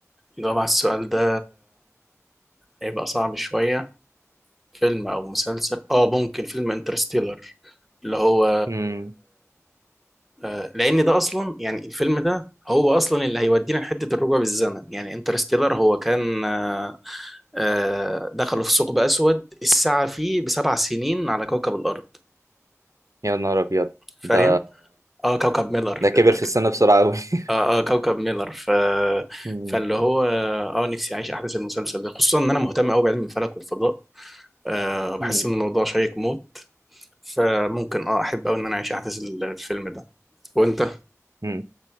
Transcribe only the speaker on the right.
مم.
يا نهار أبيض
ده
ده كبر
في السن بسرعة أوي <laughs>
مم.
مم.
مم.